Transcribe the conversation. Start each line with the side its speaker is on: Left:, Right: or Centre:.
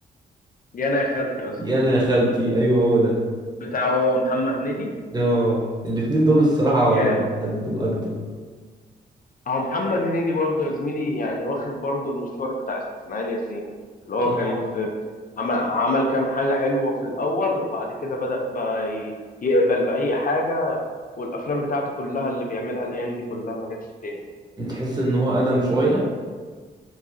Left: يا انا يا خالتي قصدي
Right: يا انا يا خالتي ايوه هو ده
Left: بتاع هو محمد هنيدي
Right: اه الاتنين دول الصراحة
Left: جامد
Right: قدوا قدوا
Left: اهو محمد هنيدي برضه يا زميلي يعني واخد برضه المشوار بتاع اسماعيل ياسين اللي هو
Right: اه
Left: كان في عمل, عمل كام حاجة حلوة في الأول وبعد كده بدأ بقى ي- يقبل بأي حاجة والأفلام بتاعته كلها اللي بيعملها الأيام دي كلها ما جاتش الدنيا
Right: تحس ان هو ادم شوية